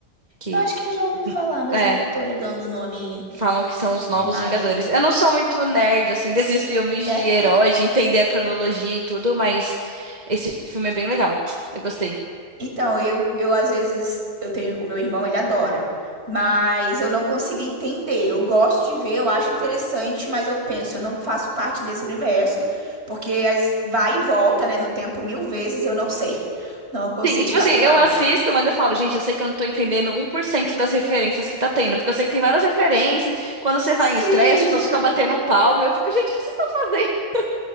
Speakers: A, on the right; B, on the right.
A: Que,
B: Eu acho que eu já ouvi falar, mas
A: é.
B: não tô ligando o nome
A: Falam que são os novos
B: à imagem.
A: Vingadores. Eu não sou muito nerd, assim, <laughs> desses filmes
B: <laughs>
A: de herói, de entender a cronologia e tudo, mas esse filme é bem legal. Eu gostei.
B: Então, eu, eu às vezes, eu tenho, o meu irmão, ele adora, mas eu não consigo entender. Eu gosto de ver, eu acho interessante, mas eu penso, eu não faço parte desse universo, porque as, vai e volta, né, no tempo mil vezes, eu não sei. <laughs> Não consigo
A: Sim, e tipo
B: captar.
A: assim, eu assisto, mas eu falo, gente, eu sei que eu não tô entendendo um por cento das referências que tá tendo, porque eu sei que tem várias referências. Quando você
B: Sim!
A: vai em estreia, as pessoas ficam batendo palma, e eu fico, gente, o que vocês estão fazendo? <laughs>